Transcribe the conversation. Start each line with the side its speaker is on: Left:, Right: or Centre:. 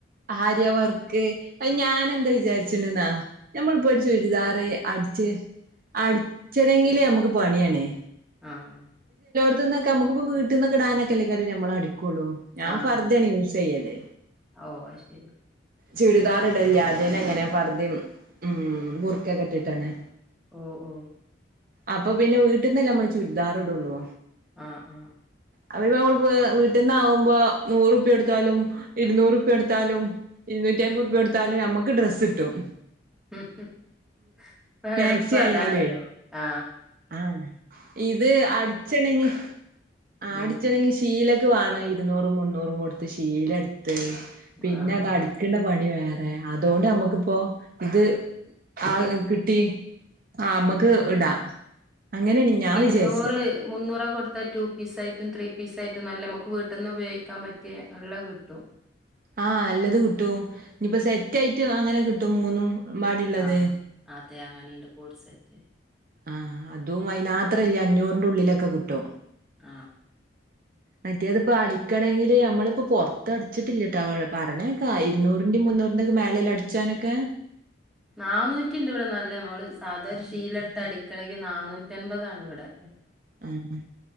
Right: ആര്യ വർക് അയ് ഞാനെന്തെ വിചാരിച്ചിണ്ട്ന്ന നമ്മൾപ്പൊരു ചുരിദാറ് അട്ച്ച് അട്ച്ചണങ്കില് അമക്ക് പണിയാണ്
Centre: ആഹ്
Right: ട്ട്ന്നൊക്ക മ്മക്ക് ഇപ്പ വീട്ട്ന്നൊക്കെ ഇടാനൊക്കെല്ലെ നമ്മള് അടി ക്കൊളു ഞാൻ
Centre: ആഹ്
Right: ഫർതെണ്
Centre: ആഹ്
Right: യൂസെയ്യല്
Centre: ഓ അത് ശരി
Right: ചുരിദാറ് ഇടല്ല ആദ്യന്നെ ഇങ്ങനെ ഫർദിമ് ബുർകൊക്കെ ഇട്ട്ട്ടാണ്
Centre: ഓ ഓ
Right: അപ്പ പിന്നെ വീട്ട്ന്നല്ലേ മ്മള് ചുര് ദാറ്ടൊള്ളു
Centre: അ ആ
Right: അപ്പ നമ്മൾപ്പ വീട്ട്ന്നാവുമ്പോ നൂറു പ്പ്യൊട്ത്താലും ഇര്ന്നൂറ് പ്പ്യൊട്‌ ത്താലും ഇര്നൂറ്റി അയ്മ്പൊർപ്യൊട് ത്താലും നമ്മക്ക് ഡ്രെസ്സ്ട്ടും
Centre: ഇപ്പ
Right: മാക്സി
Centre: എള്പ്പതാണ്ല്ലെ
Right: ആയാലുവേ
Centre: ആ
Right: ആഹ് ഇത് അടിച്ചണെങ്കി ആ
Centre: ഉം
Right: അടിച്ചാണെങ്കി ശീ ലക്ക് വാണം ഇര്ന്നൂറും മുന്നൂറും കൊട്ത്ത് ശീലട്‌ ത്ത് പിന്നെ
Centre: ആഹ്
Right: അത് അടിക്ക്‌ണ പണി വേ റെ അതോണ്ട് അമ്മക്ക്പ്പൊ ഇത് ആ കിട്ടി ആ
Centre: ഉം
Right: മ്മക്ക് ഇടാ അങ്ങനെണ് വിചാരിച്ചെ
Centre: ന്നൂറ് മൂന്നൂറൊക്ക കൊട്ത്ത ടു പീസായിട്ടും ത്രീ ത്രീ പീസ് ആയിട്ട് നല്ല മ്മക്ക് വീട്ട്ന്ന് ഉപയോഗിക്കാൻ പറ്റ്യേ നല്ല കിട്ടും
Right: ആ നല്ലത് കിട്ടും ഇഞ്ഞ്പ്പ സെറ്റായിട്ട് അങ്ങനെ കി ട്ടു മൂന്നും പാടിള്ളത്
Centre: ആ അത് അങ്ങെനെണ്ട് കോഡ് സെറ്റ്.
Right: ആ അതും അയിനാത്ര ല്ല അഞ്ഞൂർൻ്റുള്ളിലൊക്കെ കിട്ടും.
Centre: ആ
Right: മറ്റേത് ഇപ്പോ അടിക്കണങ്കില് ഞമ്മൾ പ്പോ പോർത് അടിച്ചിട്ടില്ലാട്ട പർഞ്ഞേക്കാ ഇരുന്നൂരിന്റിം മുന്നൂരിന്റിം മേലല്ലേ അടിച്ചനൊക്കെ
Centre: നാനൂറ്റിണ്ട് ഇവടെ നല്ല അമ്മള് സാധാ ഒരു ശീലട്ത് അടിക്കാണെങ്കില് നാനൂറ്റമ്പതാണിവടെ.
Right: ആഹ്